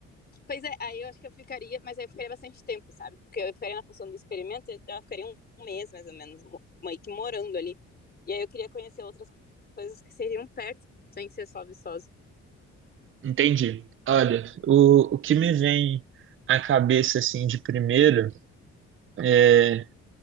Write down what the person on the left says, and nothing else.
pois é, aí eu acho que eu ficaria, mas aí eu ficaria bastante tempo, sabe? Porque eu ficaria na função do experimento, então eu ficaria um mês mais ou menos, meio que morando ali. E aí eu queria conhecer outras coisas que seriam perto, sem ser só Viçosa.